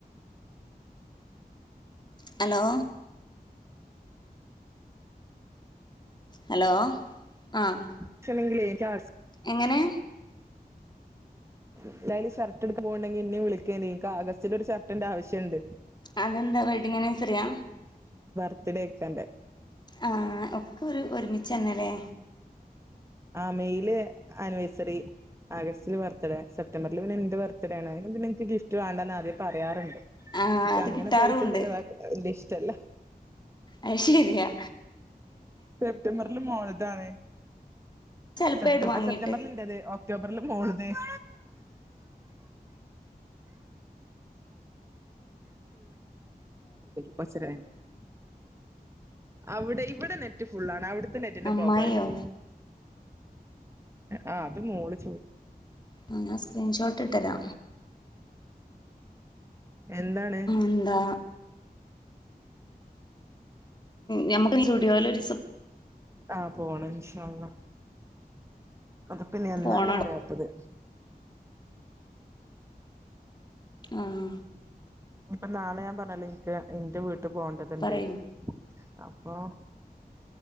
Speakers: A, on the left; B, on the right.
A: ഹലോ ഹലോ ആഹ്
B: പക്ഷെണെങ്കിലേ എനിക്ക്
A: എങ്ങനെ
B: എന്തായാലും ഷർട്ട് എടുക്കാൻ പോണ്ടെങ്കി എന്നെ വിളിക്ക് എനിക്ക് ആഗസ്റ്റില് ഒരു ഷർട്ടിന്റെ ആവശ്യണ്ട്
A: അതെന്താ വെഡ്ഡിങ്ങ്ആൻവേഴ്‌സറിയാ
B: ബർത്ഡേയ് ഇക്കാന്റെ
A: ആഹ് ഒക്കെ ഒരു ഒരുമിച്ചന്നെല്ലേ
B: ആ മെയില് ആനിവേഴ് ഴ്സറി ആഗസ്റ്റില് ബർത്ത്ഡേ സെപ്റ്റംബറിൽ പിന്നെ എന്റെ ബർത്ത്ഡേ ആണ് അതിന് പിന്നെ എനിക്ക് ഗിഫ്റ്റ് വേണ്ട എന്ന് ആദ്യ പറയാറുണ്ട്
A: ആഹ
B: എനിക്ക്
A: അത്
B: അങ്ങനെ
A: കിട്ടാറുമുണ്ട്
B: പൈസ ചെലവാക്ക്ണത് വല്യ ഇഷ്ടല്ല
A: അയ്ശരിയാ
B: സെപ്റ്റംബറില് മോളതാണ്
A: ചെലപ്പോ
B: സെപ്റ്റബ
A: ഇടും വാങ്ങീട്ട്
B: സെപ്റ്റംബറിൽ എന്റെത് ഓ ഒക്ടോബറിൽ മോളത് <unintelligible> കൊറച്ചേരായി അവിടെയ് ഇവിടെ നെറ്റ് ഫുൾ ആണ് അവിടെ ത്തെ നെറ്റിന്റെ
A: അമ്മായിയോ
B: പ്രോബ്ലം ആയിരിക്കും ആ അത് മോളിൽ
A: ആ ഞാൻ സ്ക്രീൻഷോട്ട് ഇട്ടരാ
B: <inaudible> എന്താണ്
A: എന്താ ഞമ്മുക്ക് സുഡിയോയിൽ ഒരീസം
B: ആഹ പോണം ഇൻഷാ അള്ളാ അത്പ്പിനി എന്നാന്ന്
A: പോണടോ
B: അറിയാത്തത്
A: ആഹ്
B: ഇനിപ്പോ നാളെ ഞാൻ പറഞ്ഞല്ലോ ഇനിക്ക് ഒരു ഇന്റെ വീട്ട ഇട്ട് പോണ്ടതുണ്ട്
A: പറയൂ
B: അപ്പൊ